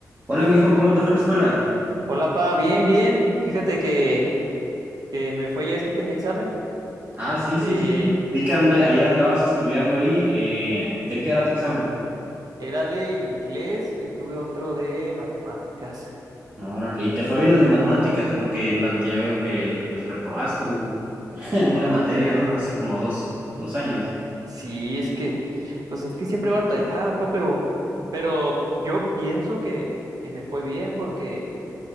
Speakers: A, on the right; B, on the right.
A: Hola, mijo, ¿cómo te fue en la escuela?
B: Hola, pa, bien, bien. Fíjate que, que me fue ya es que tenía examen.
A: Ah,
B: Este,
A: sí, sí, sí, sí. Vi que anda- ayer andabas estudiando ahí. eh, ¿de qué era tu examen?
B: era de inglés y tuve otro de matemáticas.
A: Órale, y te fue bien el de matemáticas, porque la- ya veo que pues, reprobaste el- <laughs> en una materia, ¿no? Hace como dos, dos años.
B: Sí, es que, pues es que siempre batallaba, pa, pero, pero yo pienso que, que me fue bien porque,